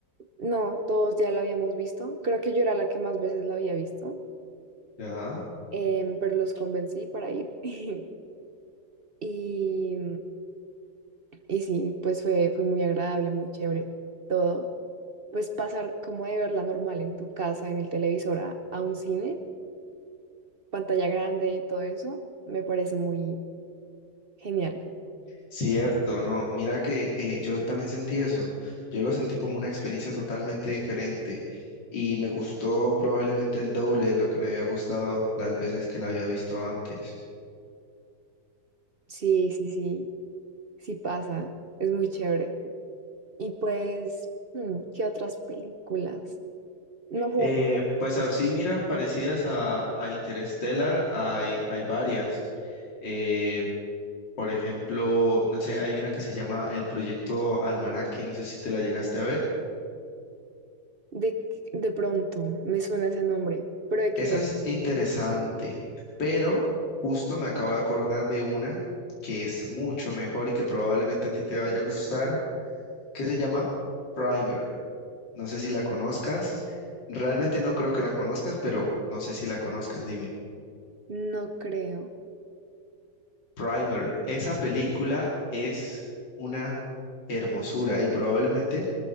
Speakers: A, on the right; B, on the left.
A: no, todos ya la habíamos visto. Creo que yo era la que más veces la había visto,
B: Ya.
A: em, pero los convencí para ir. <laughs> Y Y sí, pues fue, fue muy agradable, muy chévere todo. Pues pasar como de verla normal en tu casa, en el televisor, a, a un cine, pantalla grande y todo eso, me parece muy genial.
B: Cierto, no, mira que eh, yo también sentí eso. Yo lo sentí como una experiencia totalmente diferente y me gustó probablemente el doble de lo que me había gustado las veces que la había visto antes.
A: Sí, sí, sí, sí pasa, es muy chévere. Y pues, hmm, ¿qué otras películas? No sé,
B: Eh, pues así, mira, parecidas a, a Interstellar hay, hay varias. Eh, por ejemplo, no sé, hay una que se llama El Proyecto Almanaque, no sé si te la llegaste a ver.
A: de, de pronto me suena ese nombre, pero de qué
B: Esa
A: era,
B: es interesante, pero justo me acabo de acordar de una que es mucho mejor y que probablemente a ti te vaya a gustar, que se llama Primer. No sé si la conozcas. Realmente no creo que la conozcas, pero no sé si la conozcas, dime.
A: no creo.
B: Primer, esa película es una hermosura y probablemente